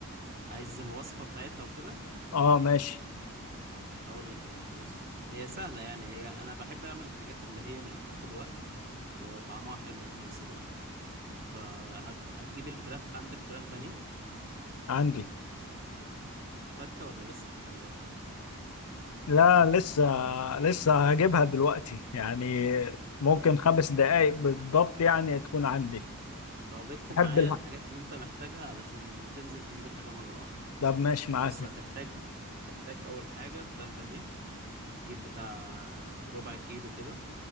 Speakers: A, on the right; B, on the left.
A: عايز الوصفه بتاعتها وكده
B: اه ماشي
A: هقول لك يا باشا بص هي سهله يعني هي انا بحب اعمل الحاجات اللي هي مش بتاخد وقت وطعمها حلو في نفس الوقت فهتجيب الفراخ عندك فراخ بانيه
B: عندي
A: فكه ولا لسه في التلاجة
B: لا لسه لسه هجيبها دلوقتي يعني ممكن خمس دقايق بالضبط يعني تكون عندي
A: هو بيكتب
B: احب
A: معايا
B: الح...
A: الحاجات اللي انت محتاجها علشان تنزل تجيب الحاجة مرة واحدة
B: طب ماشي معاك
A: بص هتحتاج هتحتاج اول حاجة فراخ بانيه هتجيب بتاع ربع كيلو كده